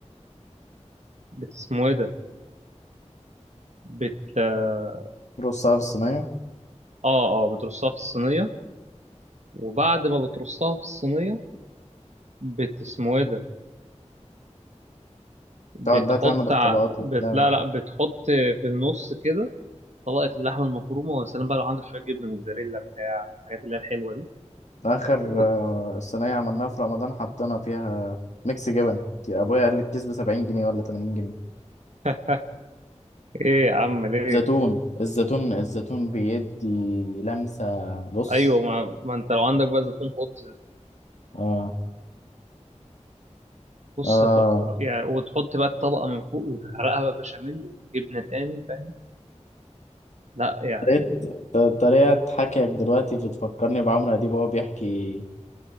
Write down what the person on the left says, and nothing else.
رصها في الصينيه
تقعد بقى تعمل الطبقات
وبتاع
اخر
آه، صينيه عملناها في رمضان حطينا فيها ميكس جبن يا ابويا قال لي الكيس ب 70 جنيه ولا 80 جنيه
زيتون الزيتون الزيتون بيدي لمسه بص
اه
اه
طريقة ط- طريقة حكيك دلوقتي بتفكرني بعمرو أديب وهو بيحكي